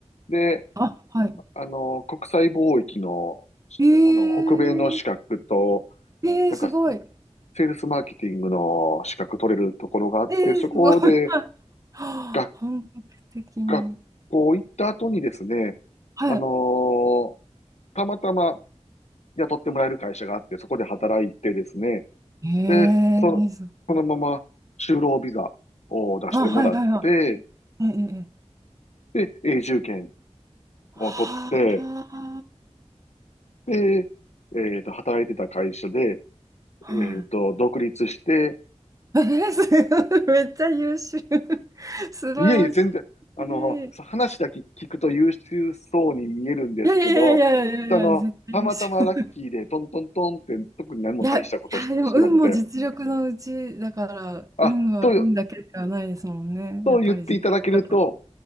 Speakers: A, on the left; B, on the right.
A: で、
B: あ、はい。
A: あの、国際貿易の、
B: えー、
A: あの、北米の資格と、
B: えー、
A: なんかセールスマーケティングの資格取れるところがあって、
B: すごい。えー、
A: そこで、
B: すごい。<laughs> はいはあ本格的に。
A: が学校行った後にですね、
B: はい。
A: あのーたまたま雇ってもらえる会社があって、そこで働いてですね、
B: ええすごい。
A: で、その、そのまま就労ビザを出してもらって、
B: あ、はいはいはい。ええええ
A: で、永住権
B: は
A: を取って、で、えっと、働いてた会社で、
B: あ、
A: えっと、
B: は
A: 独立して、
B: い。えー、すごい。<laughs> めっちゃ優秀。<laughs> 素晴らし
A: いえいえ、全然、あの、
B: い。
A: 話だけ聞くと優秀そうに見えるんですけど、
B: いやいやいやいやいやいや、
A: あの、
B: 絶対優秀。
A: たまたまラッキーでトントントンって特に何も大したことし、
B: <laughs> いや、いや、でも運も実力のうちだから、
A: してなくて、あ、
B: 運は運だけではないですもんね。
A: と、と言っていただけると、
B: やっぱり実力だ